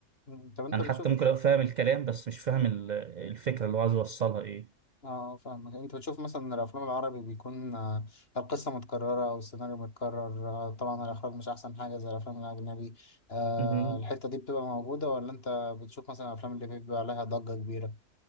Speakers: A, on the left; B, on the right.
A: مم. طب انت
B: أنا
A: بتشوف
B: حتى ممكن أبقى فاهم الكلام بس مش فاهم ال- الفكرة اللي هو عايز يوصلها إيه
A: اه فاهمك انت بتشوف مثلا الافلام العربي بيكون آه، القصه متكرره او السيناريو متكرر آه، طبعا الاخراج مش احسن حاجه زي الافلام الاجنبي آه،
B: مهم.
A: الحته دي بتبقى موجوده ولا انت بتشوف مثلا الافلام اللي بيبقى عليها ضجه كبيره